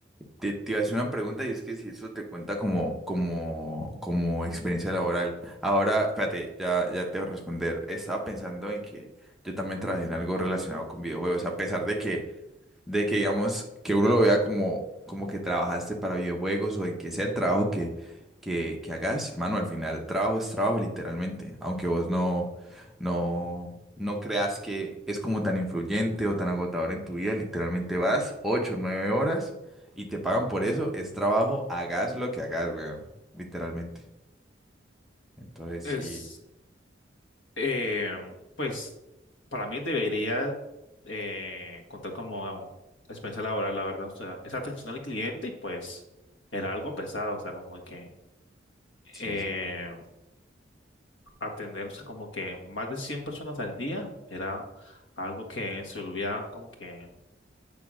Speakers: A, in the centre; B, on the left.
A: Te, te iba a hacer una pregunta y es que si eso te cuenta como, como, como experiencia laboral. Ahora, espérate, ya, ya te voy a responder. Estaba pensando en que yo también trabajé en algo relacionado con videojuegos, a pesar de que de que digamos que uno lo vea como, como que trabajaste para videojuegos o en que sea el trabajo que, que, que hagas, mano, al final trabajo es trabajo literalmente, aunque vos no, no, no creas que es como tan influyente o tan agotador en tu vida, literalmente vas 8 nueve horas y te pagan por eso, es trabajo, hagas lo que hagas, weón, literalmente. Entonces sí,
B: Es, eh, pues para mí debería eh, contar como experiencia laboral, la verdad. O sea, esa atención al cliente y pues era algo pesado, o sea, como de que... em,
A: sí, sí.
B: atender, o sea, como que más de 100 personas al día era algo que se volvía como que,